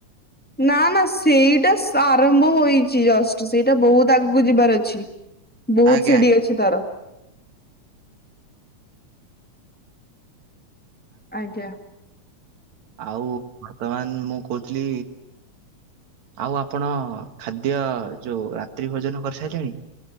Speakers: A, in the centre; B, on the right.
A: ନା ନା ସେଇଟା ଆରମ୍ଭ ହୋଇଛି ଜଷ୍ଟ। ସେଇଟା ବହୁତ ଆଗକୁ ଯିବାର ଅଛି। ବହୁତ
B: ଆଜ୍ଞା
A: ସିଢି ଅଛି ତାର। ଆଜ୍ଞା।
B: ଆଉ ବର୍ତ୍ତମାନ ମୁଁ କହୁଥିଲି ଆଉ ଆପଣ ଖାଦ୍ୟ ଯୋଉ ରାତ୍ରି ଭୋଜନ କରି ସାରିଲେଣି?